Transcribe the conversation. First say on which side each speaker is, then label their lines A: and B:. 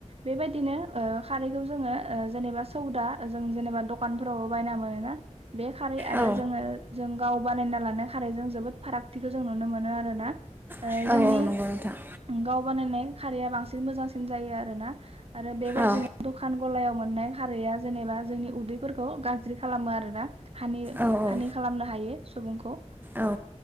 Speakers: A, on the right; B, on the right.
A: बेबायदिनो अ खारैखौ जोङो जेनेबा सौदा जा जों जेनैबा दकानफोरावबो बायना मोनो ना बे खारै आरो
B: औ
A: जोङो जों गाव बानायना लानाय खारै जों जोबोद फारागथिखौ जों नुनो मोनो आरोना
B: औ
A: जोंनि
B: नंगौ नोंथां
A: गाव बानायनाय खारिया बांसिन मोजांसिन जायो आरोना आरो बेबायदिनो
B: औ
A: दखान गलायाव मोननाय खारैया जेनेबा जोंनि उदै गाज्रि खालामो आरोना हानि
B: औ औ
A: हानि खालामनो हायो सुबुंखौ
B: औ